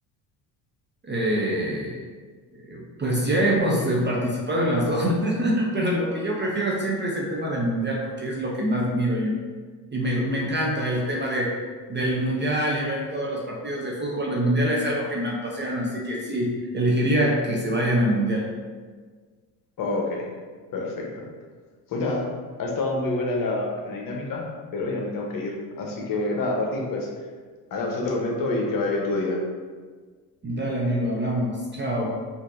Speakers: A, on the right; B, on the left.
A: Eh, eh, pues ya hemos eh, participado en las dos, <laughs> pero lo que yo prefiero siempre es el tema del mundial, porque es lo que más miro yo. Y me, me encanta el tema de, del mundial y ver todos los partidos de fútbol del mundial, es algo que me apasiona, así que sí, elegiría que se vayan al mundial.
B: Ok, perfecto. Pues nada, ha estado muy buena la, la dinámica, pero ya me tengo que ir. Así que nada, Martín, pues hablamos otro momento y que vaya bien tu día.
A: Dale, amigo, hablamos. Chao.